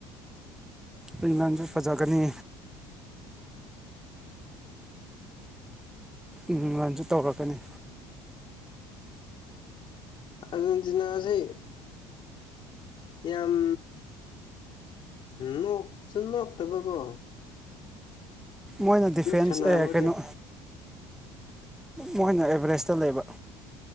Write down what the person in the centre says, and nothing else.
ꯑꯩꯃꯌꯥꯝꯁꯨ ꯐꯖꯒꯅꯤ ꯎꯝ ꯉꯥꯟꯁꯨ ꯇꯧꯔꯛꯀꯅꯤ
ꯃꯣꯏꯅ ꯗꯤꯐꯦꯟꯁ
ꯑꯦ ꯀꯩꯅꯣ ꯃꯣꯏꯅ ꯑꯦꯚꯔꯦꯁꯇ ꯂꯩꯕ